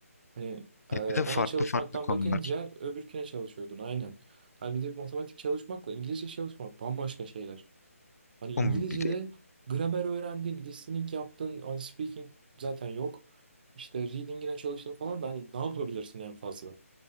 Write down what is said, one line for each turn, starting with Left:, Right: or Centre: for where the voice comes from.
Right: Hani e,
Left: Evet,
Right: ona
Left: bir de farklı
Right: çalışmaktan
Left: farklı konular.
Right: bakınca öbürküne çalışıyordun aynen. Halbuki bir matematik çalışmakla İngilizce çalışmak bambaşka şeyler. Hani İngilizce'de
Left: Oğlum bir de
Right: gramer öğrendin, listening yaptın, hani speaking zaten yok. İşte reading'ine çalıştın falan da hani ne yapabilirsin en fazla?